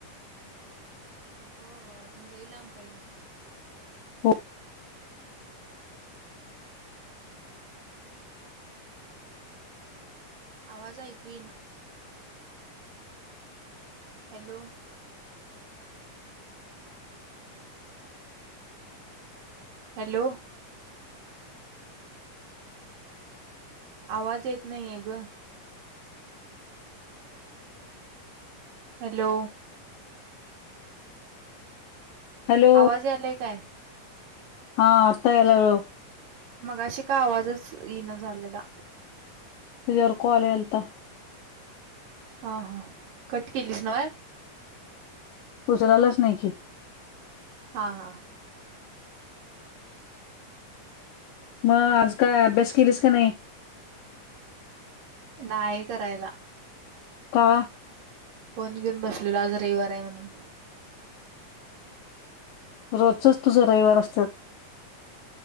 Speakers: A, on the right (about 80°); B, on the left (about 80°).
A: हो हो अजून लई लांब <unintelligible>
B: हो
A: आवाज ऐकू येई ना. हॅलो. हॅलो. आवाज येत नाहीये ग. हॅलो.
B: हॅलो
A: आवाज यायलय काय?
B: हा आता यायला लागला.
A: मग अशी का आवाजच येई न झालेला
B: इयर कॉल एलता
A: हा हा कट केलीस ना?
B: उचलालच नाही की
A: हा हा.
B: मग आज काय अभ्यास केलीस का नाही?
A: नाही करायला.
B: का?
A: फोन घेऊन बसलेला आज रविवार आहे म्हणून.
B: रोजचच तुझ रविवार असतात.